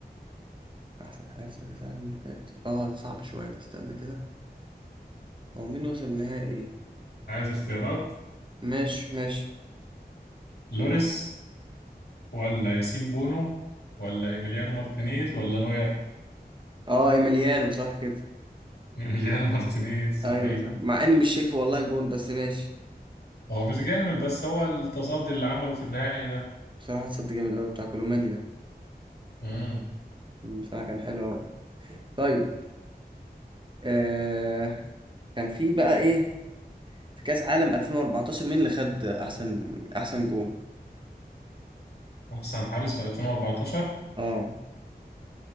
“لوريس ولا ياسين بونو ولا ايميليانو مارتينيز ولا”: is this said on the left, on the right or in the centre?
Left